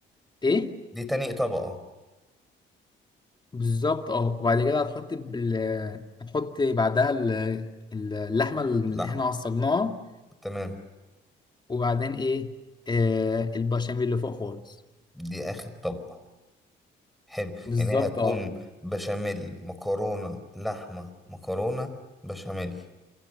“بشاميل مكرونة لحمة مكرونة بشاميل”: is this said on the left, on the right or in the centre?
Centre